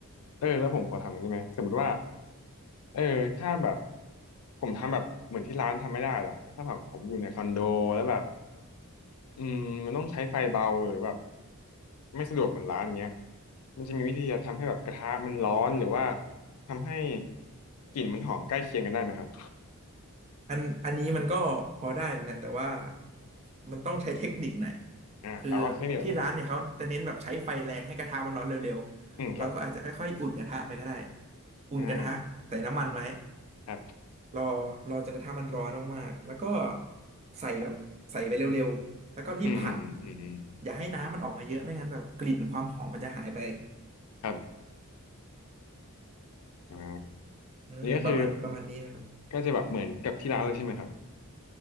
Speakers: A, on the left (about 80°); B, on the right (about 30°).
A: เออแล้วผมขอถามหน่อยได้ไหมสมมติว่าเออถ้าแบบผมทำแบบเหมือนที่ร้านทำไม่ได้เหรอถ้าแบบผมอยู่ในคอนโดแล้วแบบอืมมันต้องใช้ไฟเบาหรือแบบไม่สะดวกเหมือนร้านเงี้ยมันจะมีวิธีจะทำให้แบบกระทะมันร้อนหรือว่า
B: โอ้
A: ทำให้กลิ่นมันหอมใกล้เคียงกันได้ไหมครับ
B: อันอันนี้มันก็พอได้เหมือนกันแต่ว่ามันต้องใช้เทคนิคหน่อย
A: อ่าเอาแค่นี้แหละครับ
B: คือที่ร้านเนี่ยเขาจะเน้นแบบใช้ไฟแรงให้กระทะมันร้อนเร็วๆเราก็อาจจะค่อยๆอุ่นกระทะไปก็ได้
A: อืมครับ
B: อุ่นกระทะใส่น้ำมันไว้
A: อ่าครับ
B: รอรอจนกระทั่งมันร้อนมากๆแล้วก็ใส่แบบใส่ไปเร็วๆ แล้วก็รีบผัด
A: อืมอืมอืมอืมอืม
B: อย่าให้น้ำมันออกมาเยอะไม่งั้นแบบกลิ่นความหอมมันจะหายไป
A: ครับอ่า
B: เออประมาณประมาณนี้นะครับ
A: นี่ก็คือก็จะแบบเหมือนกับที่ร้านเลยใช่ไหมครับ